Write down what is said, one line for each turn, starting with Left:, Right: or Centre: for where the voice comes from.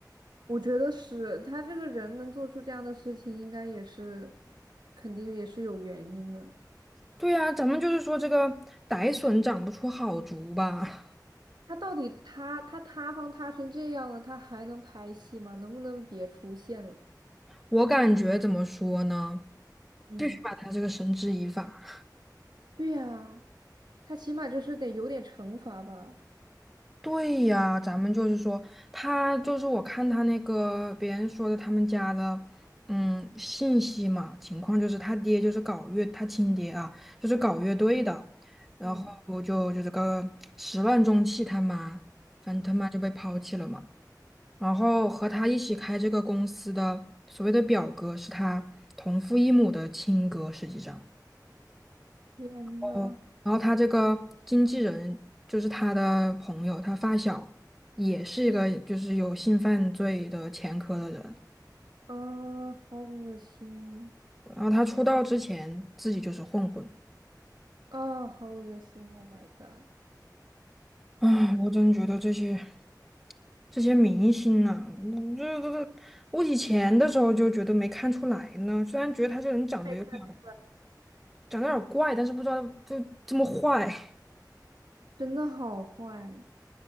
Right: 我觉得是他这个人能做出这样的事情，应该也是肯定也是有原因的。
Centre: 对呀，咱们就是说这个歹笋长不出好竹吧。
Right: 他到底他他塌方塌成这样了，他还能拍戏吗？能不能别出现了？
Centre: 我感觉怎么说呢？
Right: 嗯
Centre: 必须把他这个绳之以法。
Right: 对呀，他起码就是得有点惩罚吧。
Centre: 对呀，咱们就是说，他就是我看他那个别人说的他们家的，嗯，信息嘛，情况就是他爹就是搞乐，他亲爹啊，就是搞乐队的，然后我就就这个始乱终弃，
Right: 嗯，
Centre: 他妈，反正他妈就被抛弃了嘛。然后和他一起开这个公司的所谓的表哥是他同父异母的亲哥，实际上。
Right: 天呐，
Centre: 哦，然后他这个经纪人就是他的朋友，他发小也是一个就是有性犯罪的前科的人。
Right: 啊，好恶心
Centre: 然后他出道之前自己就是混混
Right: 啊，好恶心！Oh my god，
Centre: 啊，我真觉得这些这些明星呐、嗯这这这，我以前的时候就觉得没看出来呢，虽然觉得他这人长得有点
Right: 太看了，
Centre: 长得有点怪，但是不知道就这么坏。
Right: 真的好坏。